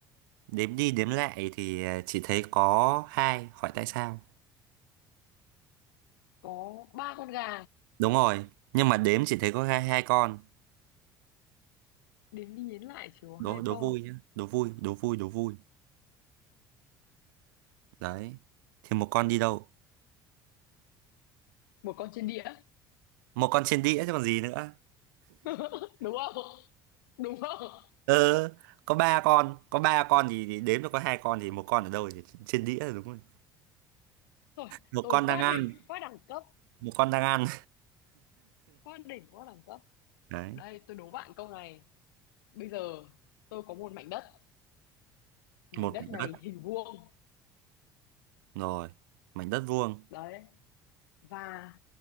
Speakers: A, on the right; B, on the left.
A: đếm đi đếm lại thì à, chỉ thấy có hai hỏi tại sao
B: Có ba con gà
A: đúng rồi nhưng mà đếm chỉ thấy có hai hai con
B: Đến đi đến lại chỉ có
A: đố
B: hai
A: đố
B: con
A: vui nhá đố vui đố vui đố vui đấy thì một con đi đâu
B: Một con trên đĩa
A: một con trên đĩa chứ còn gì nữa
B: <laughs> Đúng không? Đúng không?
A: ờ có ba con có ba con thì, thì đếm được có hai con thì một con ở đâu thì trên đĩa đúng rồi
B: tôi
A: một
B: tôi
A: con đang
B: quá
A: ăn
B: đỉnh Quá đẳng cấp
A: một con đang ăn
B: Quá đỉnh quá đẳng cấp
A: <laughs> đấy
B: Đây tôi đố bạn câu này Bây giờ tôi có một mảnh đất Mảnh
A: một
B: đất
A: mảnh
B: này
A: đất
B: hình vuông
A: rồi mảnh đất vuông
B: Đấy Và